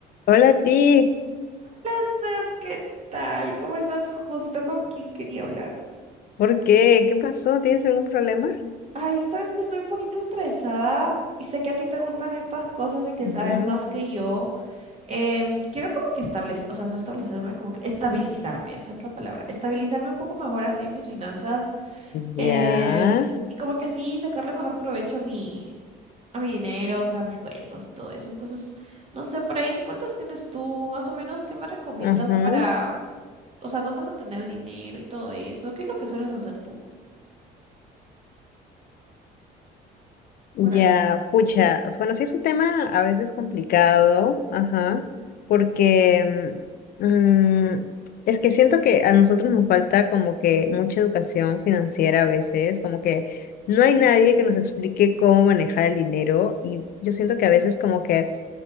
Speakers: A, on the left; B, on the right.
A: Hola, ti.
B: Steph, ¿qué tal? ¿Cómo estás? Justo con quien quería hablar.
A: ¿Por qué? ¿Qué pasó? ¿Tienes algún problema?
B: Ay, sabes que estoy un poquito estresada y sé que a ti te gustan estas cosas y que
A: Ujú.
B: sabes más que yo. Em, quiero como que establecer, o sea, no establecerme, como que estabilizarme, esa es la palabra. Estabilizarme un poco mejor así en mis finanzas
A: Ya.
B: em, y como que así sacarle mejor provecho a mi, a mi dinero, o sea, a mis cuentas y todo eso. Entonces, no sé, por ahí, ¿qué cuentas tienes tú? Más o menos, ¿qué me recomiendas
A: Ajá.
B: para... o sea, dónde mantener el dinero y todo eso. ¿Qué es lo que sueles hacer tú
A: Ya,
B: por ahí?
A: pucha. Bueno, sí es un tema a veces complicado, ajá, porque mm, mm, es que siento que a nosotros nos falta como que mucha educación financiera a veces, como que no hay nadie que nos explique cómo manejar el dinero y yo siento que a veces como que